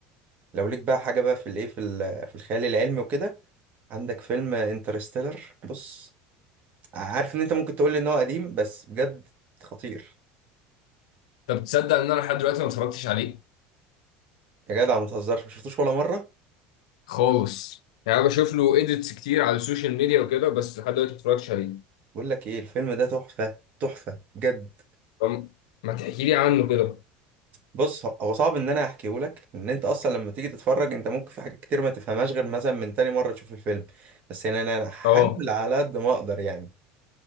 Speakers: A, on the right (about 50°); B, on the left (about 70°).
A: لو ليك بقى حاجة بقى في الايه في ال- في الخيال العلمي وكده عندك فيلم انترستيلر بص عارف ان انت ممكن تقول لي ان هو قديم بس بجد خطير
B: طب تصدق ان انا لحد دلوقتي ما اتفرجتش عليه
A: يا جدع ما تهزرش ما شفتوش ولا مرة
B: خالص يعني انا بشوف له ايديتس كتير على السوشيال ميديا وكده بس لحد دلوقتي ما اتفرجتش عليه
A: بقول لك ايه الفيلم ده تحفة تحفة بجد
B: طب ما تحكي لي عنه كده
A: بص هو هو صعب ان انا احكيه لك لان انت اصلا لما تيجي تتفرج انت ممكن في حاجات كتير ما تفهمهاش غير مثلا من تاني مره تشوف الفيلم بس يعني انا أنا هحاول
B: اه
A: على قد ما اقدر يعني